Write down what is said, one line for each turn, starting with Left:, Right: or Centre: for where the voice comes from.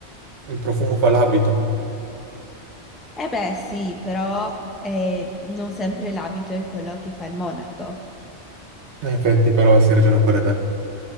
Right: il profumo fa l'abito.
Centre: Eh beh, sì, però eh, non sempre l'abito è quello che fa il monaco.
Right: In effetti, però, sì, hai ragione pure te.